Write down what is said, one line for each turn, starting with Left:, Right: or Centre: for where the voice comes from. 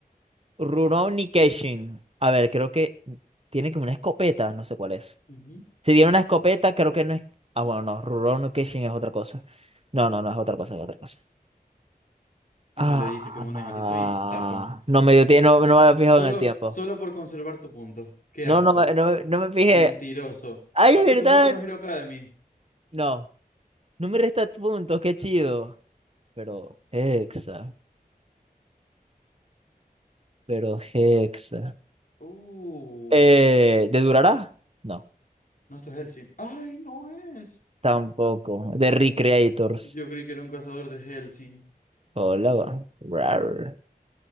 Right: Rurouni Kenshin. A ver, creo que tiene como una escopeta, no sé cuál es.
Left: Ujú.
Right: Si tiene una escopeta, creo que no es. Ah, bueno, no, Rurouni Kenshin es otra cosa. No, no, no es otra cosa, es otra cosa.
Left: Y
Right: Ah,
Left: no le diste que monen, así soy sapo.
Right: no me dio tie- no, no me había fijado
Left: Solo,
Right: en el tiempo.
Left: solo por conservar tu punto. Qué
Right: No,
Left: asco.
Right: no, me- no, me- no me fijé.
Left: Mentiroso.
Right: ¡Ay,
Left: Papito,
Right: verdad!
Left: es Boku no Hero Academy.
Right: No, no me resta puntos, qué chido. Pero, Hexa, pero Hexa.
Left: Uy,
Right: Eh, ¿de Durará? No,
Left: no, esto es Hellsing. Ay, no es.
Right: tampoco. De Recreators.
Left: Yo creí que era un cazador de Hellsing.
Right: Hola, va. Rar.